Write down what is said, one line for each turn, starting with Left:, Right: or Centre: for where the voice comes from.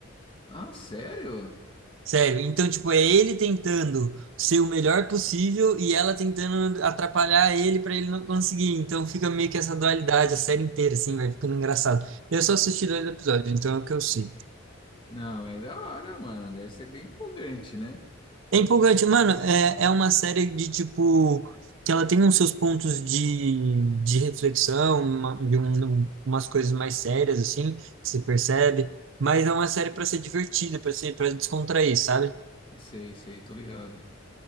Left: Ah, sério?
Right: Sério. Então, tipo, é ele tentando ser o melhor possível e ela tentando atrapalhar ele para ele não conseguir. Então fica meio que essa dualidade a série inteira, assim, vai ficando engraçado. Eu só assisti dois episódios, então é o que eu sei.
Left: Não, é da hora, mano. Deve ser bem empolgante, né?
Right: É empolgante, mano. É, é uma série de tipo que ela tem uns seus pontos de, de reflexão, uma, de um, umas coisas mais sérias assim, que você percebe. Mas é uma série pra ser divertida, pra ser para descontrair, sabe?
Left: Sei, sei, tô ligado.